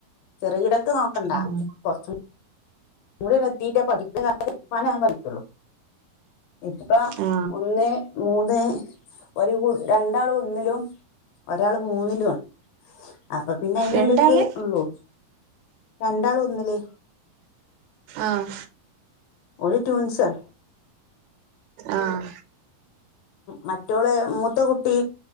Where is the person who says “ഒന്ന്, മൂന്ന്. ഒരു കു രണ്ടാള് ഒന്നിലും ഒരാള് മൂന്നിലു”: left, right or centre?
Left